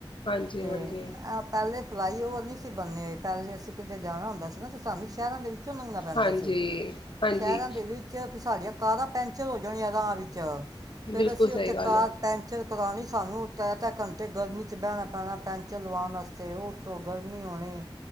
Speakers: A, on the left; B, on the right.
A: ਹਾਂਜੀ
B: ਤੇ
A: ਹਾਂਜੀ
B: ਪਹਿਲੇ ਫਲਾਈਓਵਰ ਨਹੀਂ ਸੀ ਬੰਨੇ ਹੋਏ ਪਹਿਲੇ ਅਸੀਂ ਕਿਤੇ, ਜਾਣਾ ਹੁੰਦਾ ਸੀ! ਨਾ ਤੇ ਸਾਨੂੰ ਸ਼ਹਿਰਾਂ ਦੇ ਵਿੱਚ ਵਿਚੋਂ ਮੰਗਣਾ ਪੈਂਦਾ
A: ਹਾਂਜੀ
B: ਸੀ।
A: ਹਾਂਜੀ
B: ਸ਼ਹਿਰਾਂ ਦੇ ਵਿੱਚ ਸਾਡੀਆਂ ਕਾਰਾਂ ਪੈਂਚਰ ਹੋ। ਆਦਾਂ ਵਿੱਚ ਫੇਂਰ
A: ਬਿਲਕੁਲ
B: ਅਸੀਂ
A: ਸਹੀ
B: ਉੱਥੇ
A: ਗੱਲ
B: ਕਾਰ
A: ਹੈ
B: ਪੈਂਚਰ ਕਰਵਾਉਣੀ। ਸਾਨੂੰ ਤਾਂ ਤੇ ਘੰਟੇ ਗਰਮੀ ਚ ਬਹਿਣਾ ਪੈਣਾ ਪੈਂਚਰ ਲਵਾਉਣ ਵਾਸਤੇ ਉਤੋਂ ਗਰਮੀ ਹੋਣੀ।